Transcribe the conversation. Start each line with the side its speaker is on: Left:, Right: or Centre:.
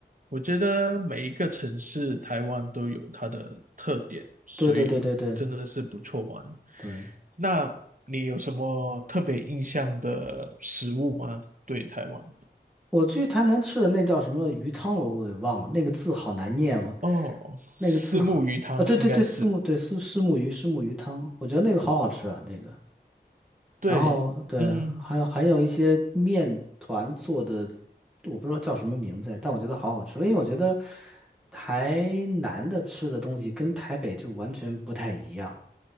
Right: 我觉得每一个城市，台湾都有它的特点，所以真的是不错玩。
Centre: 对对对对对对，
Right: 那你有什么特别印象的食物吗？对台湾？
Centre: 我去台南吃的那叫什么鱼汤，我我给忘了，那个字好难念哦，
Right: 哦，
Centre: 那个字好啊，
Right: 虱目鱼汤应该是，
Centre: 对对对，四目对丝虱目鱼虱目鱼汤，我觉得那个好好吃啊，那个。
Right: 对，
Centre: 然后对，
Right: 嗯
Centre: 还有还有一些面团做的，我不知道叫什么名字，但我觉得好好吃。因为我觉得台南的吃的东西跟台北就完全不太一样，